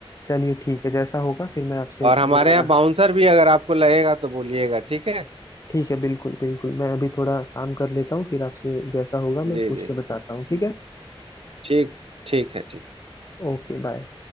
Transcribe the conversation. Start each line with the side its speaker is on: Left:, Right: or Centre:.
Left: चलिए ठीक है जैसा होगा फिर मैं आपसे
Right: और हमारे
Left: दोबारा
Right: यहाँ बाउंसर भी अगर आपको लगेगा तो बोलिएगा ठीक है
Left: ठीक है बिल्कुल बिल्कुल मैं अभी थोड़ा काम कर लेता हूँ फिर आपसे जैसा होगा मैं
Right: जी
Left: पूछ
Right: जी
Left: के बताता हूँ ठीक है
Right: ठीक ठीक है ठीक।
Left: Okay bye